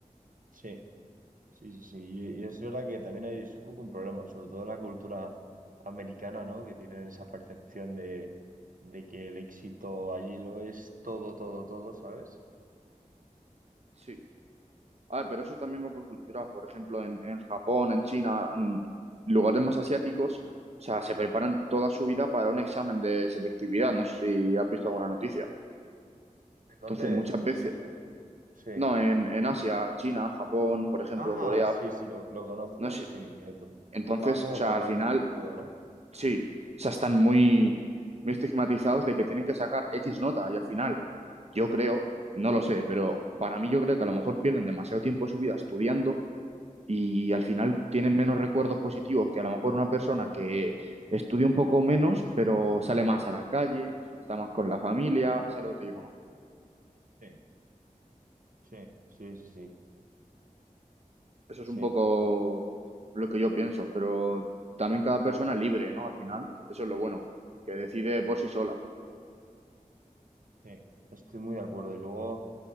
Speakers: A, on the right; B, on the right.
A: Sí, sí, sí, sí. Y, y es verdad que también hay- es un poco un problema, sobre todo en la cultura americana, ¿no? Que tienen esa percepción de, de que el éxito allí lo es todo, todo, todo, ¿sabes?
B: Sí. Ah, pero eso también va por cultura. Por ejemplo, en, en Japón, en China, en lugares más asiáticos, o sea, se preparan toda su vida para un examen de selectividad. No sé si has visto alguna noticia.
A: ¿En dónde?
B: Entonces, muchas
A: En
B: veces,
A: Estados Unidos. Sí.
B: no, en, en Asia, China, Japón, por ejemplo,
A: Ah,
B: Corea,
A: sí, sí, lo, lo conozco,
B: no sé.
A: sí, quieto.
B: Entonces,
A: Va como
B: o sea,
A: por
B: al
A: ranking
B: final,
A: y todo, ¿no?
B: sí, o sea, están muy, muy estigmatizados de que tienen que sacar X nota y al final, yo creo, no lo sé, pero para mí yo creo que a lo mejor pierden demasiado tiempo de su vida estudiando y al final tienen menos recuerdos positivos que a lo mejor una persona que estudia un poco menos, pero sale más a la calle, está más con la familia, ¿sabes lo que te digo, no?
A: Sí, sí, sí, sí, sí,
B: Eso
A: sí,
B: es un poco lo que yo pienso, pero también cada persona es libre, ¿no? Al final, eso es lo bueno, que decide por sí sola.
A: sí. Estoy muy de acuerdo. Y luego,